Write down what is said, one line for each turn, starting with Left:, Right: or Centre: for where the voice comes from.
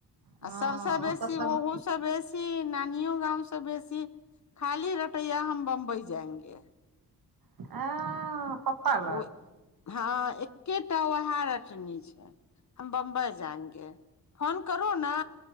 Right: हँ
Left: सबसे
Right: ओतऽ
Left: बेसी
Right: सब
Left: ओहो खुश स बेसी नानियो गाँंव से बेसी खाली रटैया हम बम्बई जाएंगे
Right: आ पप्पा लग
Left: ओ <unintelligible> हँ एकेटा वहा रटनी छै हम बम्बई जायंगे फोन करू ने